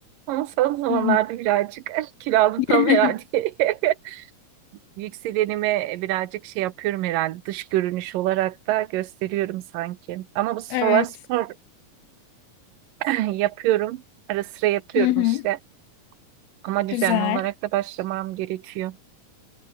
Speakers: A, on the right (about 75°); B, on the left (about 90°).
A: Ama son zamanlarda
B: Hı
A: birazcık <laughs> kilo aldım tam
B: hı. <laughs>
A: herhalde. <laughs> Yükselenime birazcık şey yapıyorum herhalde dış görünüş olarak da gösteriyorum sanki. Ama bu sıralar
B: Evet.
A: spor <clears throat> yapıyorum. Ara sıra yapıyorum
B: Hı hı.
A: işte. Ama
B: Güzel.
A: düzenli olarak da başlamam gerekiyor.